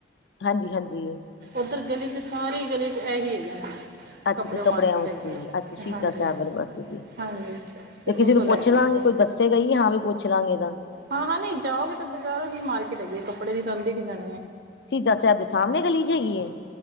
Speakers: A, on the left (about 65°); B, on the right (about 55°).
A: ਹਾਂਜੀ ਹਾਂਜੀ।
B: ਓਦਰ ਗਲੀ ਚ ਸਾਰੇ ਗਲੀ ਚ ਇਹੀ ਹੈਗੇ ਨੇ।
A: ਅੱਛਾ
B: ਕੱਪੜੇ
A: ਅੱਛਾ, ਕੱਪੜਿਆਂ
B: ਮਾਰਕੀਟ
A: ਵਾਸਤੇ
B: ਹੈਗੀ
A: ਜੀ,
B: ਹੈ
A: ਅੱਛਾ ਸ਼ਹੀਦਾਂ
B: ਹਾਂਜੀ
A: ਸਾਹਿਬ ਵਾਲੇ ਪਾਸੇ ਜੀ।
B: ਹਾਂਜੀ ਤੁਸੀਂ
A: ਤੇ ਕਿਸੇ
B: ਉੱਥੋਂ
A: ਨੂੰ ਪੁੱਛ
B: ਲੈ ਕੇ
A: ਲਾਂਗੀ
B: ਦੇਖੋ
A: ਕੋਈ ਦੱਸੇਗਾ ਈ ਹਾਂ ਵੀ ਪੁੱਛ ਲਾਂਗੇ ਇਹਦਾ
B: ਹਾਂ ਹਾਂ, ਨਹੀਂ ਜਾਓਗੇ ਤਾਂ ਬਾਜ਼ਾਰੋਂ ਹੀ ਮਾਰਕੀਟ ਹੈਗੀ ਹੈ, ਕੱਪੜੇ ਦੀ ਤੁਹਾਨੂੰ ਦਿੱਖ ਜਾਣੀ ਏ।
A: ਸ਼ਹੀਦ ਸਾਹਿਬ ਦੇ ਸਾਹਮਣੇ ਗਲੀ ਚ ਹੈਗੀ ਹੈ।